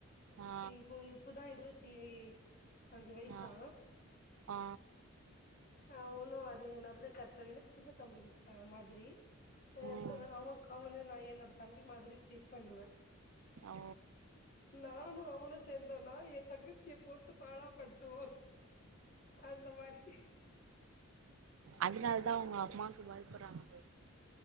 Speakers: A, on the right (about 75°); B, on the left (about 40°).
A: ஆ
B: இ இப்போதா இருவத்தி அஞ்சு வயசுதா
A: ஆ ஆ
B: அ ஒன்னு அது நல்ல கேரெக்டர் எனக்கு சின்ன தம்பி ம மாதிரி அ
A: ம்
B: சோ அவன்க்கு அவனு நா என்னோட தம்பி மாதிரி ட்ரீட் பண்ணுவ
A: ஓ
B: நானு அவனு சேந்தோனா என் தங்கச்சிய போட்டு பாடா படுத்துவோ அந்த மாரி
A: அதனாலதா அவுங்க அம்மாவுக்கு பயப்படறாங்க போ